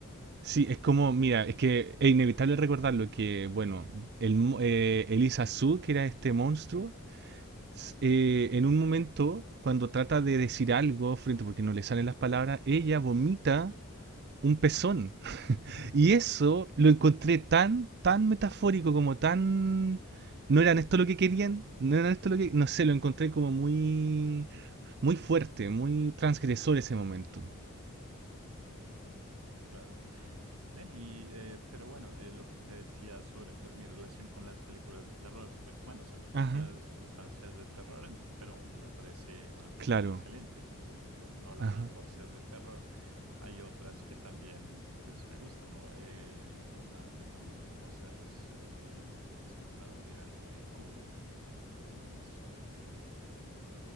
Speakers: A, on the right; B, on the right.
A: Sí, es como, mira, es que es inevitable recordarlo que, bueno, el, mo- eh, Elisa Su, que era este monstruo,
B: Ujú.
A: s- eh, en un momento, cuando trata de decir algo frente, porque no le salen las palabras, ella vomita un pezón. <laughs>
B: <laughs>
A: Y eso lo encontré tan, tan metafórico, como tan... No eran esto lo que querían, no eran esto lo que... No sé, lo encontré como muy,
B: Ajá.
A: muy fuerte, muy transgresor ese momento.
B: Ah, claro. Ven, y eh, pero bueno, eh, lo que te decía sobre pues mi relación con las películas de terror, pues bueno, se supone
A: Ajá,
B: que la de sustancia es de terror, en- pero a mí me parece una película
A: claro.
B: excelente y pues no la
A: Ajá.
B: vi por ser de terror. Hay otras que también pues me gustan, ¿no? Eh, una, pues la más famosa es, eh, se me acaba de olvidar la de Kubrick, eh, que también es sobre el libro de Stephen King.